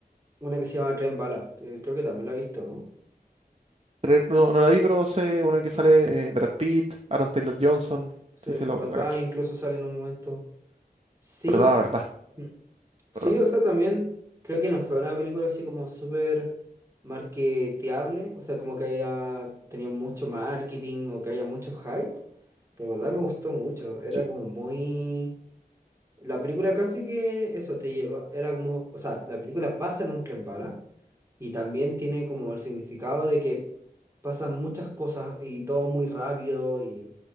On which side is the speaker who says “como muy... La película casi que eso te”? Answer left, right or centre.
Right